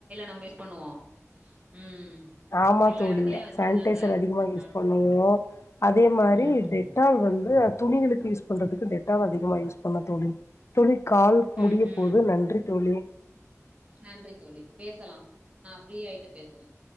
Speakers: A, on the right; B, on the left.
A: நம்ம யூஸ் பண்ணுவோ ம்
B: ஆமா
A: எல்லா
B: தோழி
A: எடத்துலயு வச்சிருந்தாங்க
B: சானிடைசர் அதிகமா யூஸ்
A: ம்
B: பண்ணுவோம் அதே மாரி
A: ம்
B: டெட்டால் வந்து துணிகளுக்கு யூஸ் பண்றதுக்கு டெட்டால் அதிகமா யூஸ் பண்ணோம் தோழி தோழி கால் முடிய
A: ம் ம்
B: போது நன்றி தோழி
A: நன்றி தோழி பேசலாம் நான் ப்ரியாயிட்டு பேசுறன்